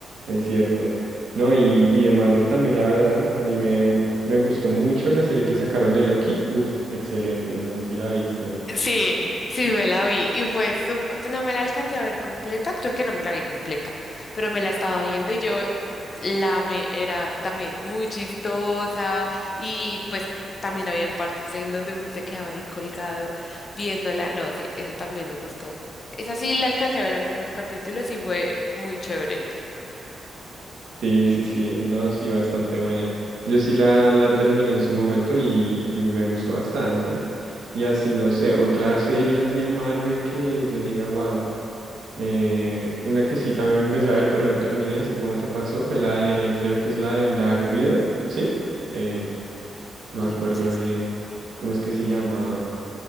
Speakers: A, on the right (about 65°); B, on the left (about 35°).
A: es cierto. No, y, y de Marvel también, la verdad, a mí me, me gustó mucho la serie que sacaron de Loki. Uf, excelente, no sé si la viste.
B: Sí, sí, me la vi y fue súper, pues no me la alcancé a ver completa, creo que no me la vi completa, pero me la estaba viendo y yo la amé, era también muy chistosa y pues también habían partes en donde uno se quedaba ahí colgado viéndola, no, sí, esa también me gustó, esa sí la alcancé a ver algunos capítulos y fue muy chévere,
A: Sí, sí, sí, no, sí, bastante buena. Yo sí la, la terminé en su momento y, y me gustó bastante. Y así, no sé, otra serie así de Marvel que yo diga, wow. Eh, una que sí también me empecé a ver, pero no terminé, así como te pasó, fue la de, creo que es la de Black Widow, ¿sí? Em, no
B: uy,
A: me acuerdo
B: no es así,
A: bien cómo es que se llama.